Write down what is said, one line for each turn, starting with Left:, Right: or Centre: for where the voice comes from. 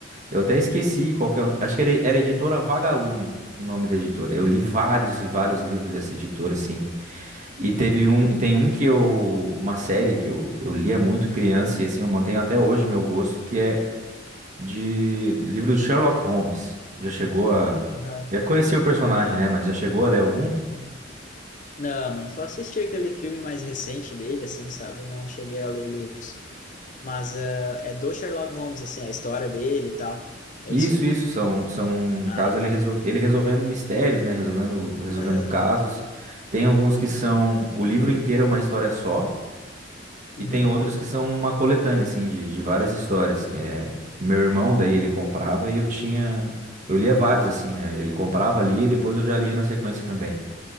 Right: Eu até
Left: uhum,
Right: esqueci qual que é. o- Acho que era, era editora Vagalume, o nome da editora. Eu li vários e vários livros dessa editora, assim. E
Left: uhum,
Right: teve um, tem um que eu, uma série que eu, eu lia muito criança e assim eu mantenho até hoje meu gosto, que é de livro do Sherlock Holmes. Já chegou a,
Left: aham,
Right: deve conhecer o personagem, né? Mas já chegou a ler algum?
Left: sim. Não, não, só assisti aquele filme mais recente dele, assim, sabe? Não cheguei a ler livros. Mas ah, é do Sherlock Holmes, assim, a história dele e tal. É isso?
Right: Isso, isso são, são no
Left: Ah,
Right: caso ele,
Left: tá.
Right: resol, ele resolvendo mistérios, né? Resolvendo, resolvendo
Left: Aham.
Right: casos. Tem alguns que são o livro inteiro é uma história só. E
Left: Uhum.
Right: tem outros que são uma coletânea, assim, de, de várias histórias. que É, meu irmão, daí, ele comprava e eu tinha. Eu lia vários, assim, né? Ele comprava, lia e depois eu já lia na sequência também.